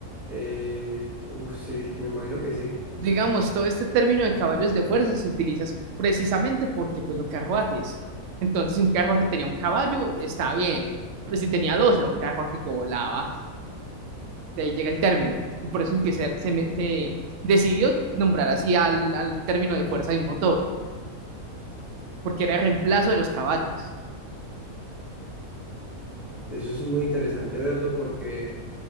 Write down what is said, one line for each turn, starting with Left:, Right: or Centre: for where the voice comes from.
Centre: Eh, uf, sí, me imagino que sí.
Right: digamos, todo este término de caballos de fuerza se utiliza precisamente porque, pues, los carruajes. Entonces, si un carruaje tenía un caballo, está bien, pero si tenía dos, era un carruaje que volaba. De ahí llega el término, y por eso empieza, se, me- se decidió nombrar así al, al término de fuerza de un motor, porque era el reemplazo de los caballos.
Centre: Eso es muy interesante verlo porque,